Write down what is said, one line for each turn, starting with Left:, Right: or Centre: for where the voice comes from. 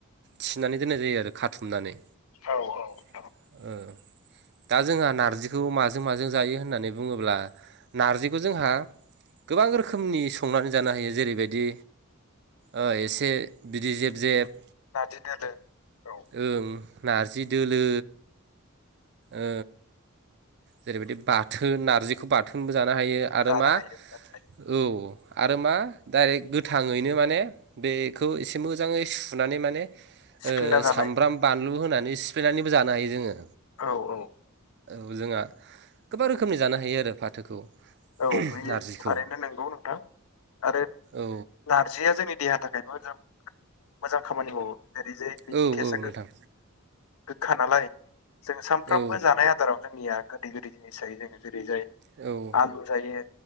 Right: थिनानै दोननाय जायो आरो खाथुमनानै
Left: औ औ
Right: ओ दा जोंहा नार्जिखौ माजों माजों जायो होननानै बुङोब्ला नार्जिखौ जोंहा गोबां रोखोमनि संनानै जानो हायो जेरैबायदि ओ एसे बिदै जेब जेब
Left: नारजि दोलो औ
Right: ओं नारजि दोलो ओ जेरैबायदि बाथोन नारजिखौ बाथोनबो जानो हायो आरो
Left: जानो
Right: मा
Left: हायो जानो हायो
Right: औ आरो मा डाइरेक्ट गोथाङैनो माने बेखौ एसे मोजाङै सुनानै माने
Left: सिफ्लेना
Right: ओ
Left: जानाय
Right: सामब्राम बानलु होनानै सिफ्लेनानैबो जानो हायो जोङो
Left: औ औ
Right: औ जोंहा गोबां रोखोमनि जानो हायो आरो फाथोखौ
Left: औ बै
Right: नारजिखौ
Left: थारैनो नंगौ नोंथां आरो
Right: औ
Left: नारजिया जोंनि देहानि थाखाय बेबो जों मोजां खामानि मावो जेरै जे बिनि
Right: औ
Left: थेस्तआ
Right: औ नोंथां
Left: गो गोखा नालाय जों सानफ्रामबो
Right: औ
Left: जानाय आदाराव जोंनिया गोदै गोदै जिनिस जायो जोङो जेरै जाय
Right: औ
Left: जायो